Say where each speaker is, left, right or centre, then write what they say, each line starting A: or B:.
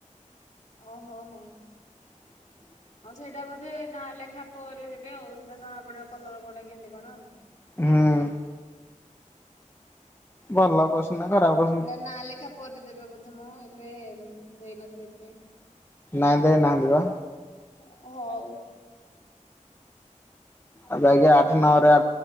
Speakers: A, on the left (about 65°); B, on the left (about 15°).
A: ଓହୋ! ହୋ!
B: <inaudible>
A: ଆଉ, ସେଇଟା ବୋଧେ ନା ଲେଖା ପରେ ଦେବେ, ଆଉ ସେଟା ଜଣା ପଡିବ କଲର କୋଉଟା କେମିତି କଣ ଆଉ।
B: ହୁଁ! ଭଲ କଷ୍ଟ ନା ଖରାବ।
A: ହେ ନା ଲେଖା ପରେ ଦେବେ ବୋଧମ ଏବେ ଦେଇନଥିବି ଏଥିପାଇଁ।
B: ନାାଇଁ ନାହାନ୍ତି ବା।
A: ହଉ।
B: ଆଉ ଯାଇଞା ଆଠ ନଅ ରେ ଆ।